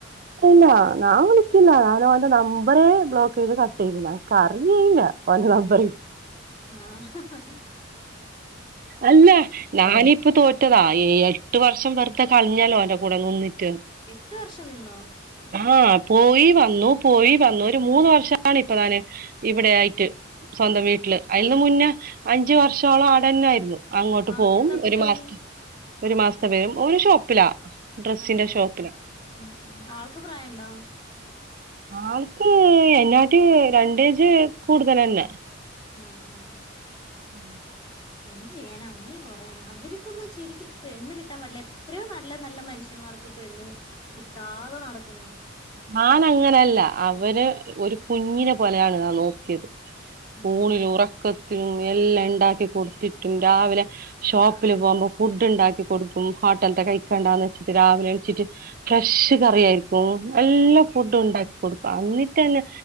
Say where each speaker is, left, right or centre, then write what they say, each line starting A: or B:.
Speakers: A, on the right (about 45°); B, on the left (about 25°).
A: ഇല്ലാ ഞാൻ വിളിക്കൂല്ല ഞാനവന്റെ നമ്പറെ ബ്ലോക്ക് ചെയ്ത് കട്ട് ചെയ്യൂല്ല കാരണോന്നൂല്ല ഓന്റെ നമ്പറ്
B: ആഹ് ഹഹ
A: അല്ല ഞാനിപ്പ തോറ്റതാ ഏയാ എട്ട് വർഷം വെറുതേ കളഞ്ഞാലോ അവന്റെ കൂടെ നിന്ന് ട്ട്
B: എട്ട് വർഷം നിന്നോ
A: ആഹ് പോയി വന്നു പോയി വന്നു ഒരു മൂന്ന് വർഷമാണ് ഇപ്പൊ ഞാന് ഇവിടെ ആയിട്ട് സ്വന്തം
B: അതെ
A: വീട്ടില് അയ്നു മുന്നേ അഞ്ചു വർഷോളം അവിടെന്നായിരുന്നു അങ്ങോട്ട്
B: ആൾക്ക്
A: പോവും
B: എന്താപ്പൊ
A: ഒരു
B: ജോലി
A: മാസ് ഒരു മാസത്തെ വരും ഓന് ഷോപ്പിലാ ഡ്രസ്സിന്റെ
B: അതെ
A: ഷോപ്പിലാ
B: ആ ആ ആൾക്ക് പ്രായണ്ടോ
A: ആൾക്ക് എന്നാട്ടി രണ്ടേജ് കൂടുതലന്നെ
B: ആ ആ അ
A: ഉം
B: എന്ത് ചെയ്യാനാ അങ്ങനെയും കൊറേയണ്ണം അവർക്കൊന്നും ശരിക്കും പെണ്ണ് കിട്ടാൻ വല്ല എത്രയോ നല്ല നല്ല മനുഷ്യന്മാർക്ക് പെണ്ണ് കിട്ടാതെ നടക്കുന്നു
A: നാൻ അങ്ങനല്ല അവര് ഒരു കുഞ്ഞിനെ പോലെയാണ് നാൻ നോക്കിയത്
B: അതെ
A: ഊണിലും ഉറക്കത്തിലും എല്ലാം ഇണ്ടാക്കി കൊടുത്തിട്ടും രാവിലെ ഷോപ്പില് പോകുമ്പോ ഫുഡ് ഉണ്ടാക്കി കൊടുക്കും ഹോട്ടലത്തെ കഴിക്കണ്ടാന്ന് വെച്ചിട്ട് രാവിലെ എണിച്ചിട്ട് ഫ്രഷ് കറിയയിരിക്കും എല്ലാ ഫുഡും ഉണ്ടാക്കി കൊടുക്കു അന്നിട്ട് ന്നെ